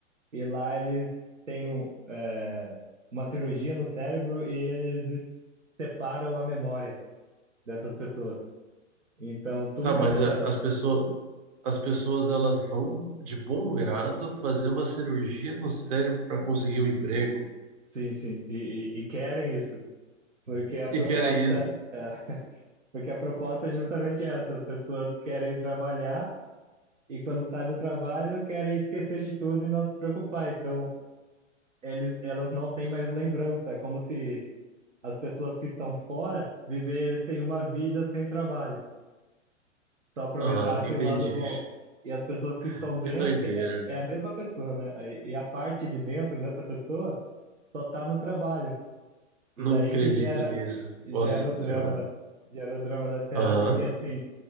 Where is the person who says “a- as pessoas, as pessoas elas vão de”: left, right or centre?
Right